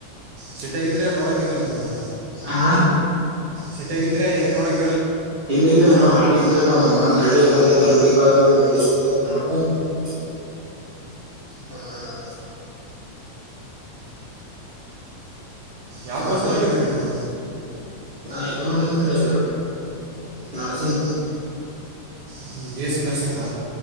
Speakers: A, on the right; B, on the right.
A: ಚಿಟಗಿದ್ರಾ ನೋಡಕ ಇರ್ಲ್ಲರಿ ನಿಮಗ
B: ಆ
A: ಸಿಟಗಿದ್ರೆ ಏನ್ ನೋಡಕ್
B: ಇಲ್ಲ ಇಲ್ಲ ನಾವ್ ಹಳಿ ಇದ್ರು ನಮ್ದ್ ಹಳಿ ಅಲ್ಲಿ ಕಲವರಿ ಬಾಗ ನಳೆ <unintelligible> ಹ್ಮ
A: ಯಾವ
B: ಮತ್ರ
A: ಕೋರ್ಸ್ ಮಾಡಕತ್ತೀರಿ ನೀವು
B: ನಾ ಇದು ಮಾಡಿನ್ ತೃ ನರಸಿಂಗ್
A: ಹ್ಮ ಬಿಎಸ್ಸಿ ನರ್ಸಿಂಗಾ